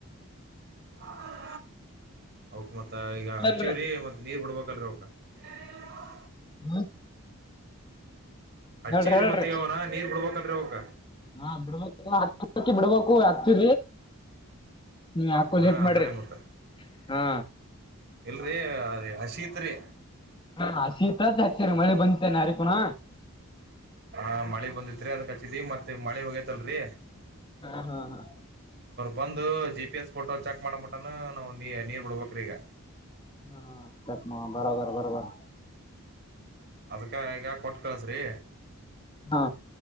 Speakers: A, on the right; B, on the left.
A: ಹ ಅವಕೆ ಮತ್ತೆ ಈಗ ಹಚ್ಚಿವ್ರೀ
B: ಅಲ್ರಿ
A: ಮತ್ತೆ ನೀರ್ ಬಿಡ್ಬೇಕಲ್ರರಿ ಅವ್ಕ ಹ
B: ಹ್ಮ
A: ಹಚ್ಚಿವ್ರಿ
B: ಹೇಳ್ರಿ ಹೇಳ್ರಿ
A: ಮತ್ ಅವನ ನೀರ್ ಬಿಡ್ಬೇಕಲ್ರಿ ಅವಕ
B: ಹಾ ಬಿಡ್ಬೇಕಿ ಬಿಡ್ಬೇಕು ಹಾಕ್ತ್ರಿ ನೀ್ಮ ಹಾಕೋ
A: ಹಾ
B: ಹಟ್ ಮಾಡ್ರಿ
A: ಅದರಿ ಮತ್ತ
B: ಹಾ.
A: ಇಲ್ರಿ ಅ ಹಸಿ ತ್ರಿ.
B: ಹಾ ಶೀತತ್ ಹಾಕ್ತೇರಿ ಮಳಿ ಬಂತೇನೆ ಅರಿಕುನ.
A: ಹಾ ಮಳೆ ಬಂದಿತ್ರಿ ಅದಕ್ಕ ಮತ್ತೆ ಮಳೆ ಹೋಗೇತಲ್ರರಿ
B: ಹಾ ಹಾ ಹಾ
A: ಬಂದು G P S photo check ಮಾಡ ಮಟಾನ ನಾವು ನೀ ನೀರ್ ಬಿಡ್ಬೇಕ್ರೀ ಈಗ
B: ಹಾ ಚತ್ ಬರಬರ ಬರಬರ
A: ಅದಕ್ಕೆ ಈಗ ಕೊಟ್ ಕಳ್ಸ್ರಿ.
B: ಹಾ